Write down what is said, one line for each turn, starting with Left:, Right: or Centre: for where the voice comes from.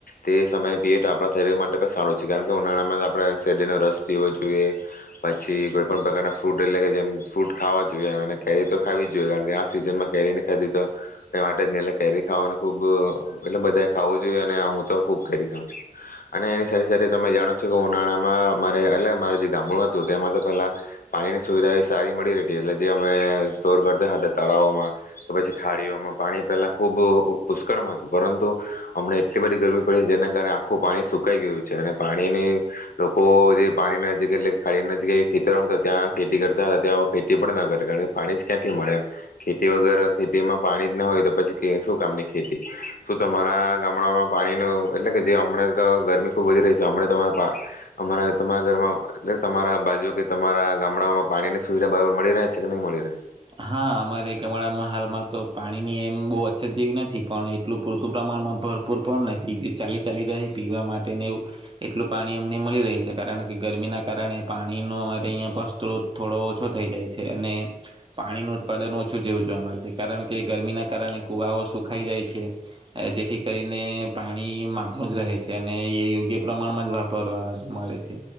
Left: તે સમયે પીએ તો આપણા શરીર માટે પણ સારું છે કારણ કે ઉનાળામાં તો આપડે શેરડીનો રસ પીવો જોઈએ પછી કોઈ પણ પ્રકારના ફ્રૂટ એટલે કે જેમ ફ્રૂટ ખાવા જોઈએ અને કેરી તો ખાવી જ જોઈએ. કારણ કે આ સિઝનમાં કેરી નહીં ખાધી તો એટલે કેરી ખાવાનું ખુબ એટલે બધાએ ખાવું જોઈએ. અને હું તો ખુબ કેરી ખાઉં છું અને એની સાથે સાથે તમે જાણો જ છો કે ઉનાળામાં મારે એટલે મારે જે ગામડું હતું તેમાં તો પેલા પાણીની સુવિધા એવી સારી મળી રેતી એટલે જે અમે સ્ટોર કરતા હતા તળાવોમાં કે પછી ખાડીઓમાં પાણી પેલા ખૂબ પુષ્કળમાં હતું પરંતુ હમણા એટલી બધી ગરમી પડી જેના કારણે આખું પાણી સુકાઈ ગયું છે અને પાણીની લોકો જે પાણી નજીક એટલે ખાડી નજીક ખેતરમાં હતા ત્યાં ખેતી કરતા હતા ત્યાં હવે ખેતી પણ ના કરે કારણ કે પાણી જ ક્યાંથી મળે એમ ખેતી વગર ખેતીમાં પાણી જ ના હોય તો પછી કે શું કામની ખેતી શું તમારા ગામડાઓમાં પાણીનું એટલે કે જે હમણાં તો ગરમી ખુબ વધી રહી છે હમણાં તમા પા હમણાં તમારા ઘરમાં એટલે કે તમારા બાજુ કે તમારા ગામડાઓમાં પાણીની સુવિધા બરાબર મળી રહે છે કે નહી મળી રે?
Right: હા અમારે ગામડામાં હાલમાં તો પાણીની એમ બહુ અછત જેવી નથી પણ એટલું પૂરતું પ્રમાણમાં ભરપૂર પણ નથી જે ચાલી ચાલી રહે પીવા માટેને એવુ એટલું પાણી અમને મળી રહી છે કારણ કે ગરમીના કારણે પાણીનો અમારે અહીંયા પણ સ્ત્રોત થોડો ઓછો થઈ જાય છે અને પાણીનું ઉત્પાદન ઓછું જેવું જોવા મળે છે કારણ કે ગરમીના કારણે કુવાઓ સુખાઈ જાય છે જેથી કરીને પાણી માપનું જ રહે છે અને એ યોગ્ય પ્રમાણમાં જ વાપરવા મળે છે